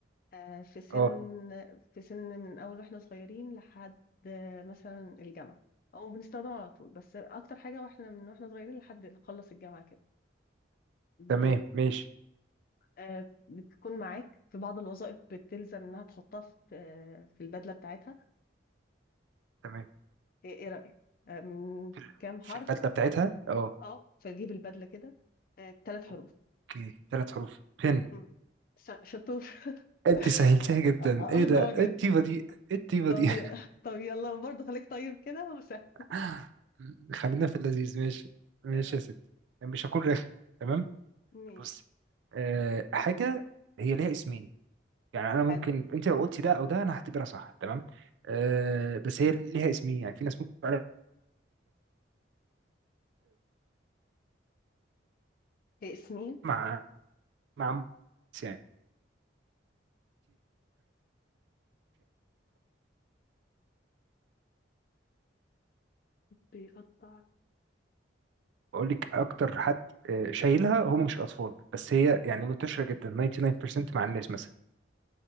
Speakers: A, on the left; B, on the right.
A: آه، في سن
B: اه
A: في سن من اول واحنا صغيرين لحد آه، مثلا الجامعة او بنستخدمها على طول بس اكتر حاجة واحنا من واحنا صغيرين لحد نخلص الجامعة
B: تمام
A: كده
B: ماشي
A: آه، بتكون معاك في بعض الوظائف بتلزم انها تحطها في آه، في البدله بتاعتها
B: تمام
A: ايه إيه رايك آه، من
B: في ال-
A: كام حرف
B: في البدله بتاعتها اه
A: اه فجيب البدله كده آه، ثلاث حروف
B: اوكي ثلاث حروف بن
A: مم. ش- شطور <laughs>
B: انت سهلتها
A: آه،
B: جدا
A: آه،
B: ايه
A: آه،
B: ده
A: هو جدا
B: ايه الطيبه دي ايه الطيبه
A: طب
B: دي
A: ي- طب يلا برضه خليك طيب كده وسهل
B: <laughs> خلينا في اللذيذ ماشي ماشي
A: تمام
B: يا ستي مش هكون رخم تمام
A: ماشي
B: بص أه حاجه هي ليها اسمين يعني انا ممكن
A: حلو
B: انت لو قلتي ده او ده انا هعتبرها صح تمام أه بس هي ليها اسمين يعني في ناس ممكن تعرف-
A: إيه، سنين
B: مع مع يعني
A: بيقطع
B: بقول لك اكتر حد آه، شايلها هم مش الاطفال بس هي يعني منتشره جدا 99% مع الناس مثلا